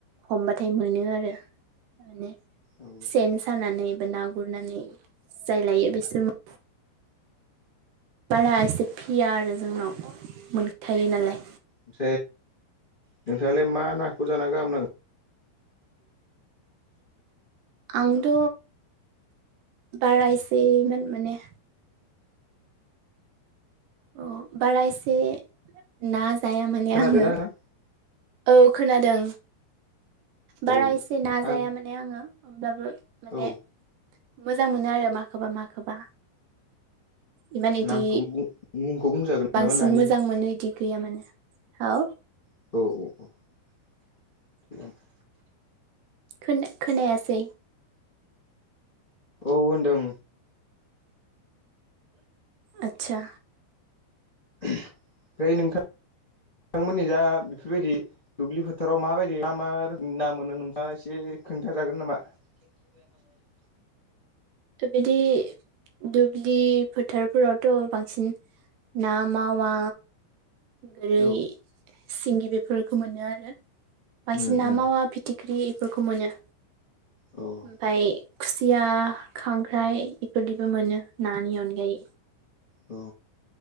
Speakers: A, on the right; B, on the left.
A: हमबाथाय मोनो आरो माने
B: औ नंगौ
A: सेन्स सानानै बा ना गुरनानै जाय लायो बिसोर बारा एसे फिया आरो जोंनाव मोनखायो नालाय
B: <unintelligible> नोंथाङालाय मा नाखौ जाना गाहाम नांगौ।
A: आंथ' बारायसैान माने अ बारा एसे ना जाया माने
B: खोनादोंना
A: आङो।
B: नोंथां?
A: औ खोनादों बारा
B: औ
A: एसे नाजाया
B: आं
A: माने आङो हब्लाबो माने
B: औ
A: मोजां मोनो आरो माखौबा माखौबा इमान इदि
B: नामखौ मुंखौ बुंजागोन
A: बांसिन
B: नामा नानि
A: मोजां मोनो इदि गैया मानो औ।
B: औ औ औ
A: खो-खोना खोनायासै।
B: औ होनदों
A: आदसा
B: ओमफ्राय नोंथां नोंथांमोननि जा बेफोरबायदि दुब्लि फोथाराव माबायदि मा मा रोखोमनि ना मोनो नोंथाङा एसे खोन्थाजागोन नामा। <inaudible>
A: बिदि दुब्लि फोथारफोरावथ' बांसिन ना मावा गोरै
B: औ
A: सिंगि बेफोरखौ मोनो आरो बायसि
B: उम
A: ना
B: उम
A: मावा फिथिख्रि बेखौमोनो।
B: औ
A: ओमफ्राय खुसिया खांख्राइ
B: उम
A: इफोरदिबो मोनो नानि अनगायै
B: औ